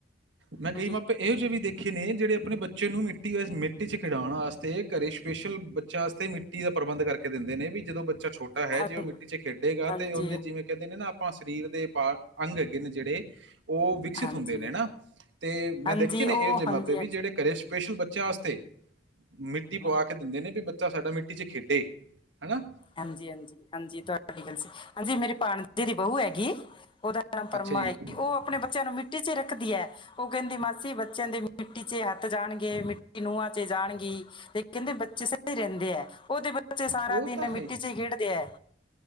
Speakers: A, on the right (about 70°); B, on the left (about 25°).
A: ਮੈਂ ਕਈ
B: ਹਾਂਜੀ
A: ਮਾਪੇ ਇਹੋ ਜੇ ਵੀ ਦੇਖੇ ਨੇ ਜਿਹੜੇ ਅਪਣੇ ਬੱਚੇ ਨੂੰ ਮਿੱਟੀ ਵਿਚ ਮਿੱਟੀ 'ਚ ਖਿਡਾਣ ਆਸਤੇ ਘਰੇ ਸਪੇਸ਼ਲ ਬੱਚਿਆਂ ਆਸਤੇ ਮਿੱਟੀ ਦਾ ਪ੍ਰਬੰਧ ਕਰਕੇ ਦੇੰਦੇ ਨੇ ਬਈ ਜਦੋਂ ਬੱਚਾ ਛੋਟਾ ਤਾਂ ਹੈ
B: ਹਾਂ-
A: ਜੇ ਓ ਮਿੱਟੀ ਇਚ ਖੇਡੇਗਾ
B: ਹਾਂਜੀ
A: ਤੇ ਓਂਦੇ ਜਿਵੇਂ ਕੈਂਦੇ ਨੇ ਨਾ ਆਪਾਂ ਸਰੀਰ ਦੇ ਬਾ, ਅੰਗ ਹੈਗੇ ਨੇ ਜੇੜੇ ਓ
B: ਹਾਂਜੀ
A: <unintelligible> ਤੇ ਮੈਂ
B: ਹਾਂਜੀ
A: ਦੇਖੇ ਨੇ,
B: ਉਹ
A: ਇਓ ਜੇ
B: ਹਾਂਜੀ
A: ਮਾਪੇ ਵੀ
B: ਹਾਂਜੀ
A: ਜੇੜੇ ਘਰੇ ਸਪੈਸ਼ਲ ਬੱਚਿਆਂ ਆਸਤੇ, ਮਿੱਟੀ ਪਵਾ
B: ਹਮ,
A: ਕੇ ਦਿੰਦੇ ਨੇ ਬੀ ਬੱਚਾ ਸਾਡਾ ਮਿੱਟੀ ਇਚ ਖੇਡੇ, ਹਣਾ।
B: ਹਾਂਜੀ, ਹਾਂਜੀ, ਹਾਂਜੀ ਤੁਆਡੀ ਗੱਲ ਸੀ, ਹਾਂਜੀ ਮੇਰੇ ਭਾਣਜੇ ਦੀ ਬਹੁੂ ਹੈਗੀ, ਓਦਾ ਨਾਮ ਪਰਮਾ
A: ਅੱਛਾ ਜੀ
B: ਏ, ਓ ਅਪਣੇ ਬੱਚਿਆਂ ਨੂੰ ਮਿੱਟੀ ਇਚ ਰੱਖਦੀ ਐ ਓ ਕਹਿੰਦੀ ਮਾਸੀ ਬੱਚਿਆਂ ਦੇ ਮਿੱਟੀ 'ਚ ਹੱਥ ਜਾਣਗੇ ਮਿੱਟੀ ਨੂਆਂ 'ਚ ਜਾਣਗੀ। ਤੇ ਕਹਿੰਦੇ ਬੱਚੇ ਸਈ ਰਹਿੰਦੇ ਐ ਓਦੇ ਬੱਚੇ ਸਾਰਾ
A: ਉਹ
B: ਦਿਨ
A: ਤਾਂ
B: ਮਿੱਟੀ ਇਚ ਖੇਡਦੇ ਐ।